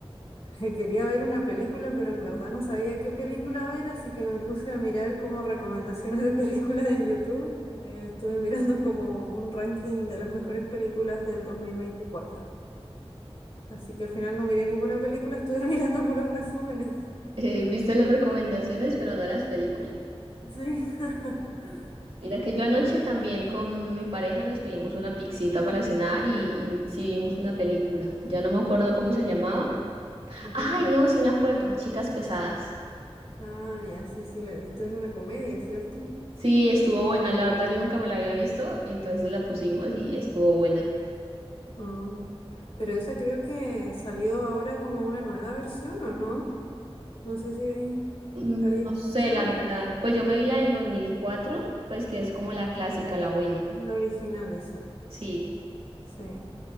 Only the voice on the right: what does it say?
Eh, viste las recomendaciones, pero no las películas.
Mira que yo
anoche
también con mi pareja nos pedimos una pixita para cenar y, y sí vimos una película. Ya no me acuerdo cómo se llamaba.
Ay, no, sí me acuerdo, Chicas Pesadas.
Sí, estuvo buena, la verdad yo nunca me la había visto, entonces la pusimos y estuvo buena.
Mm,
No
sé, la verdad. Pues yo me vi la del 2004, pues que es como la clásica, la buena.
Sí.